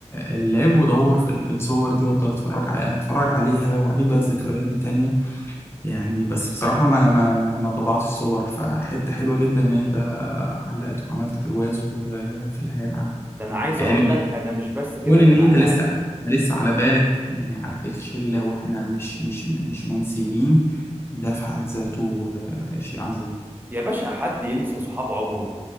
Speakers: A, on the left; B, on the right.
A: اللاب وادور في ال- في الصور دي وافضل اتفرج عليها اتفرج عليها واعيد بقى الذكريات دي تانية يعني بس بصراحه ما ما ما, ما طبعتش الصور فحته حلوه جدا ان انت علقت وعملت برواز وفي العيال عم
B: ده انا عايز
A: يعني
B: اقول لك انا مش بس كده
A: كون
B: ده
A: ان
B: انا
A: انت لسه
B: آه،
A: لسه على بالك يعني على الشله واحنا مش مش مش منسيين ده في حد ذاته آه، شيء عظيم
B: يا باشا حد ينسى صحاب عمره